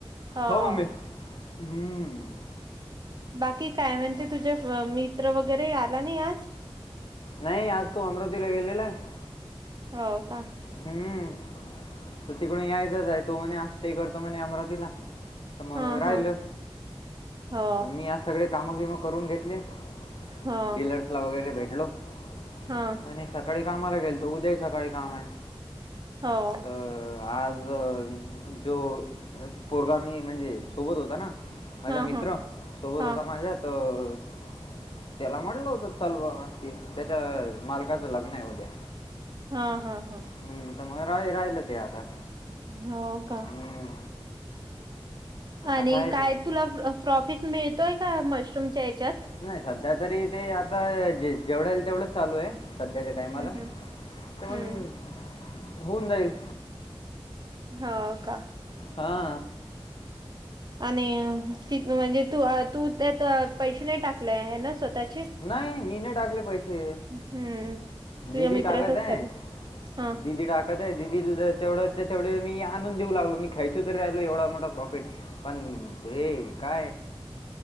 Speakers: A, on the right; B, on the left.
A: हो
B: हाव मम्मी हूम्म्ं. -
A: बाकीय काय? महणते तुझे मित्र वगैरे आला नाही आजं. -
B: नाहीं आज तो अमरावतीला गेलेला आहे. -
A: होवं कां?. -
B: हम्म् तटीकोणी यायचाचंं आहे, तो म्हणे आज स्टे करतो म्हणे अमरावतीला. - तरमग
A: हा
B: राहिलं
A: हा हो
B: मी आज सगळे काम गीम करून घेतले. -
A: हो
B: डिलर्सला वगैरे भेटलो. -
A: हांआ
B: आणि सकाळी कामाला गेलतो. उद्या सकाळी काम -हाय. -
A: होवं .
B: तर आज जो पोरगा मी म्हणजे सोबत होता नां. - माझा
A: हा
B: मित्र
A: हा
B: सोबत
A: हा
B: होता, माझ्या तरअ त्याला म्हणलं होत चल बुवा आणखी त्याच्या मालकाचं लग्न हाय उद्या.
A: हां हां हां.
B: हम्म तर मग राह राहिल ते आता.
A: होका?
B: हं.
A: आणि
B: असं आहे
A: काय
B: ते.
A: तुला प्रॉफिट मिळतोय का, मशरूमच्या याच्यात?
B: नाही सध्या तरी ते आता जेवढं येईल, तेवढंच चालू आहे. सध्याच्या टाइमाला,
A: हम्म हम्म
B: तर मगं
A: हम्म
B: होऊन जाईल.
A: हो का.
B: हा.
A: आणि ती म्हणजे तू तू त्यात पैसे नाही टाकले आहे ना स्वतःचे?
B: नाही, मी नाही टाकले पैसे.
A: हम्म तुझ्या
B: दीदी
A: मित्राचच
B: टाकत आहे
A: चालू हा
B: दीदी टाक तेय, दिदीला तेवढं तेवढे मी आणून देऊ लागलो, मी खायचो तरी राहीलो एवढा मोठा प्रॉफिट. पण हे का.